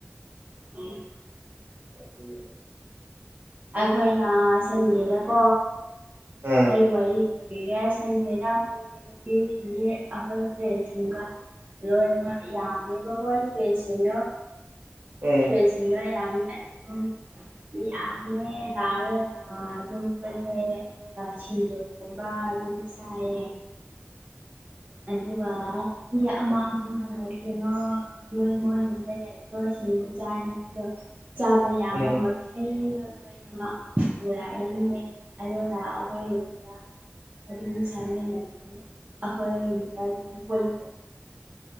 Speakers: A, on the right; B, on the right.
A: ꯎꯝ
B: ꯑꯗꯨꯒꯤꯅꯤꯗ꯫
A: ꯑꯩꯈꯣꯏꯅ ꯃꯥ ꯁꯟꯗꯦꯗꯀꯣ
B: ꯑꯥ
A: ꯑꯩ ꯋꯥꯔꯤ ꯂꯤꯌꯦ ꯁꯟꯗꯦꯗ ꯑꯩꯈꯣꯢꯒꯤ ꯅꯨꯄꯤꯁꯤꯡꯗꯤ ꯑꯩꯈꯣꯏ ꯐ꯭ꯔꯦꯟꯁꯤꯡꯒ ꯂꯣꯏꯅꯃꯛ ꯌꯥꯝꯃꯦꯕ ꯈꯣꯢ ꯐ꯭ꯔꯦꯟꯁꯤꯡꯗꯣ꯫
B: ꯎꯝ
A: <unintelligible> ꯁꯤꯡꯗꯣ ꯌꯥꯝꯃꯦ ꯑꯗꯨꯝ꯫ ꯃꯤ ꯌꯥꯝꯃꯦ ꯅꯥꯔꯒ ꯑꯗꯨꯝ <unintelligible> ꯑꯗꯨꯒ ꯁꯤꯡꯖꯨꯒꯨꯝꯕ ꯑꯗꯨꯝ ꯆꯥꯏꯌꯦ꯫
B: <inaudible>
A: ꯑꯗꯨꯒ, ꯃꯤ ꯑꯃ <unintelligible> ꯀꯩꯅꯣ ꯃꯣꯏ ꯃꯣꯏꯔꯨꯝꯗ ꯂꯩꯕꯗꯣ ꯁꯤꯡ ꯆꯥꯅꯤꯉꯥꯢꯗꯣ ꯆꯥꯕ ꯌꯥꯕ
B: ꯎꯝ
A: ꯃꯛ ꯍꯩꯗꯣ ꯂꯣꯏꯅꯃꯛ ꯄꯨꯔꯛꯔꯅꯤꯌꯦ ꯑꯗꯨꯒ ꯑꯩꯈꯣꯏ ꯌꯨꯝꯗ, ꯑꯗꯨꯝ ꯆꯥꯃꯤꯟꯅꯔꯅꯤ ꯑꯈꯣꯢ ꯌꯨꯝꯗ ꯑꯗꯨꯝ ꯄꯨꯜꯂꯦ꯫